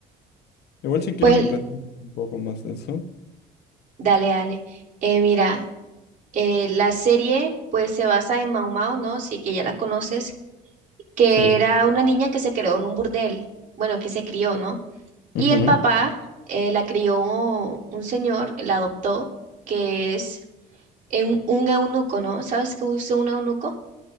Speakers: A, on the left; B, on the right.
A: Igual si quieres
B: Pues
A: me platicas un poco más de eso.
B: dale, dale. Eh, mira, eh, la serie pues se basa en Mau Mau, ¿no? Sí, que ya la conoces, que
A: Sí.
B: era una niña que se creó en un burdel, bueno, que se crió, ¿no? Y
A: Ajá.
B: el papá eh, la crió un señor, la adoptó, que es un, un eunuco, ¿no? ¿Sabes qué es un eunuco?